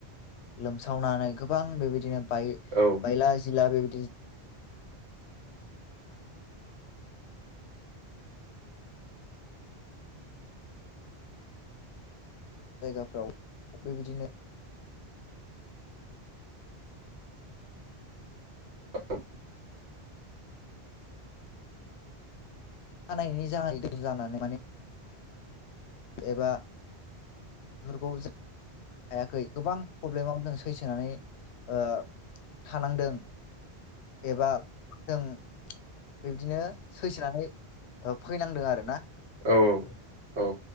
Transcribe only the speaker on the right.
औ औ
<unintelligible>
औ औ। औ